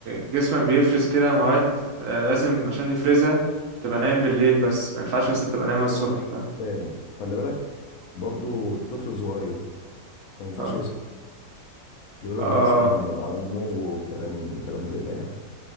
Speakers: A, on the right; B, on the left.
A: جسمك بيفرز كده مواد لازم عشان يفرزها تبقى نايم بالليل بس ما ينفعش بس تبقى نايم
B: الكلام
A: الصبح
B: ده
A: فاهم
B: تاني خلي بالك برضو الطفل الصغير ما ينفعش
A: اه
B: يسهر بيقول
A: اه
B: لك بيأثر على نم- على نموه وكلام كلام زي ده يعني